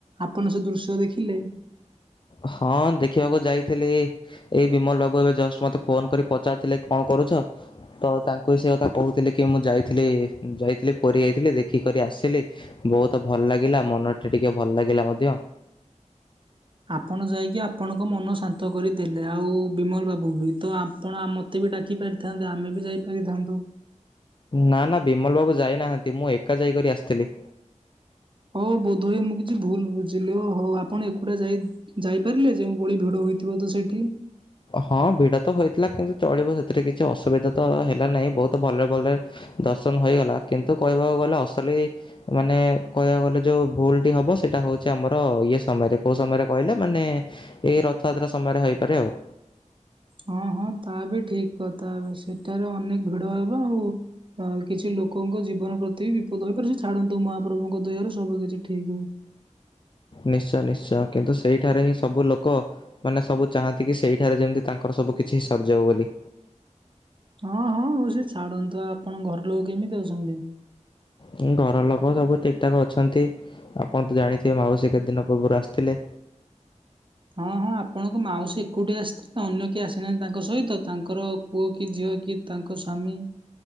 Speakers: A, on the right (about 40°); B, on the left (about 40°).
A: ଆପଣ ସେ ଦୃଶ୍ୟ ଦେଖିଲେ।
B: ହଁ ଦେଖିବାକୁ ଯାଇଥିଲି। ଏଇ ବିମଲ ବାବୁ ଏବେ ଜଷ୍ଟ ମୋତେ ଫୋନ କରି ପଚାରୁଥିଲେ, କଣ କରୁଛ? ତ ତାଙ୍କୁ ସେ କଥା କହୁଥିଲି। କି ମୁଁ ଯାଇଥିଲି ପୁରି ଯାଇଥିଲି ଦେଖିକରି ଆସିଲି। ବହୁତ ଭଲ ଲାଗିଲା। ମନଟା ଟିକେ ଭଲ ଲାଗିଲା ମଧ୍ୟ।
A: ଆପଣ ଯାଇକି ଆପଣଙ୍କ ମନ ଶାନ୍ତ କରିଦେଲେ। ଆଉ ବିମଲ ବାବୁ ବି ତ ଆପଣ ଆମ ମୋତେ ବି ଡାକିପାରିଥାନ୍ତେ ଆମେ ବି ଯାଇପାରିଥାନ୍ତୁ।
B: ନା, ନା ବିମଲ ବାବୁ ଯାଇନାହାନ୍ତି। ମୁଁ ଏକା ଯାଇକରି ଆସିଥିଲି।
A: ଓ ବୋଧହୁଏ ମୁଁ କିଛି ଭୁଲ ବୁଝିଲି ଓହୋ ଆପଣ ଏକୁଟିଆ ଯାଇ ଯାଇପାରିଲେ ଯେଉଁଭଳି ଭିଡ ହୋଇଥିବ ତ ସେଇଠି?
B: ହଁ ଭିଡ଼ ତ ହୋଇଥିଲା କିନ୍ତୁ ଚଳିବ ସେଥିରେ କିଛି ଅସୁବିଧା ତ ହେଲା ନାହିଁ ବହୁତ ଭଲରେ ଭଲରେ ଦର୍ଶନ ହୋଇଗଲା କିନ୍ତୁ କହିବାକୁ ଗଲେ ଅସଲ ଏଇ ମାନେ କହିବାକୁ ଗଲେ ଯୋଉ ଭୁଲଟି ହେବ ସେଇଟା ହେଉଛି ଆମର ଇଏ ସମୟରେ କୋଉ ସମୟରେ କହିଲେ ମାନେ ଏଇ ରଥଯାତ୍ରା ସମୟରେ ହୋଇପାରେ ଆଉ।
A: ହଁ ହଁ ତା ବି ଠିକ କଥା ସେଠାରେ ଅନେକ ଭିଡ ହବ ଆଉ ଆଉ କିଛି ଲୋକଙ୍କ ଜୀବନ ପ୍ରତି ବିପଦ ହେଇପାରେ। ସେ ଛାଡନ୍ତୁ ମହାପ୍ରଭୁଙ୍କ ଦୟାରେ ସବୁ କିଛି ଠିକ ହୁଏ।
B: ନିଶ୍ଚୟ ନିଶ୍ଚୟ କିନ୍ତୁ ସେଇଠାରେ ହିଁ ସବୁ ଲୋକ ମାନେ ସବୁ ଚାହାଁନ୍ତି କି ସେଇଠାରେ ଯେମିତି ତାଙ୍କର ସବୁ କିଛି ସରିଯାଉ ବୋଲି।
A: ହଁ ହଁ ହଉ ସେ ଛାଡ଼ନ୍ତୁ ଆପଣ ଘର ଲୋକ କେମିତି ଅଛନ୍ତି?
B: ହଁ ଘର ଲୋକ ସବୁ ଠିକ ଠାକ ଅଛନ୍ତି ଆପଣ ତ ଜାଣିଥିବେ ମାଉସୀ କେତେ ଦିନ ପୂର୍ବରୁ ଆସିଥିଲେ।
A: ହଁ ହଁ ଆପଣଙ୍କ ମାଉସୀ ଏକୁଟିିଆ ଆସିଥିଲେ ଅନ୍ୟ କିଏ ଆସିନାହାନ୍ତି ତାଙ୍କ ସହିତ ତାଙ୍କର ପୁଅ କି ଝିଅ କି ତାଙ୍କ ସ୍ୱାମୀ?